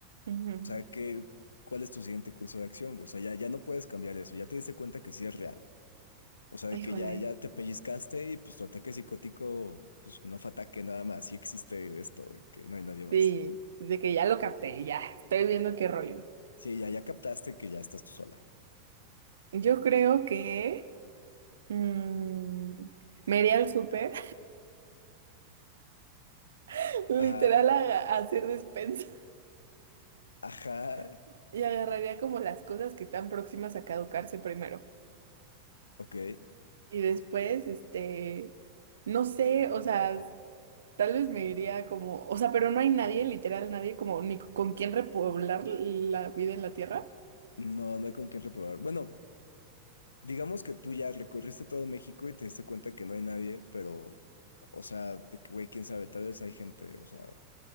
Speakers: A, on the right (about 65°); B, on the left (about 70°).
A: Ujú.
B: O sea, ¿qué, cuál es tu siguiente curso de acción? güey? O sea, ya, ya no puedes cambiar eso. Ya te diste cuenta que sí es real. O sea, de
A: Híjole.
B: que ya, ya te pellizcaste y pues tu ataque psicótico, pues no fue ataque nada más. Sí existe esto, que no hay nadie más.
A: sí, de que ya lo capté, ya, estoy viendo qué rollo.
B: Sí, ya, ya captaste que ya estás tú sola.
A: Yo creo que mm, me iría al súper, <laughs> literal,
B: Ajá.
A: a, a hacer despensa
B: Ajá,
A: <laughs> y agarraría como las cosas que están próximas a caducarse primero.
B: ok.
A: Y después, este, no sé, o sea, tal vez me iría como, o sea, pero no hay nadie, literal, nadie como ni con quien repoblar la vida en la tierra.
B: No, no hay con quién reprobar. Bueno, digamos que tú ya recorriste todo México y te diste cuenta que no hay nadie, pero, o sea, de que, güey, quién sabe, tal vez hay gente, o sea,